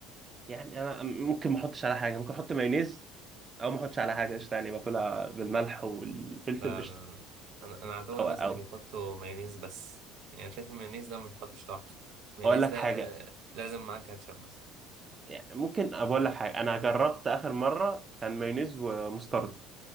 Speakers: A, on the right (about 25°); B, on the right (about 55°).
A: يعني انا ممكن ما احطش على حاجه ممكن احط مايونيز او ما احطش على حاجه قشطه يعني باكلها بالملح والفلفل
B: لا
A: قشطه
B: لا لا. انا انا عدو
A: او
B: الناس
A: او
B: اللي بيحطوا مايونيز بس يعني شايف المايونيز ده ما يتحطش لوحده المايونيز
A: اقول لك
B: ده
A: حاجه
B: لازم معاه كاتشب مثلا
A: يعني ممكن اقول لك حاجه انا جربت اخر مره كان مايونيز ومستردة